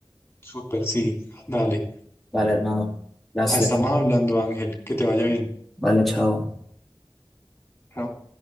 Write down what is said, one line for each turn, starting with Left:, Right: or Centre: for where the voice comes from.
Left: Súper, sí, dale.
Centre: Vale, hermano, gracias.
Left: Ah, Estamos hablando, Ángel, que te vaya bien.
Centre: Vale, chao.
Left: Chao.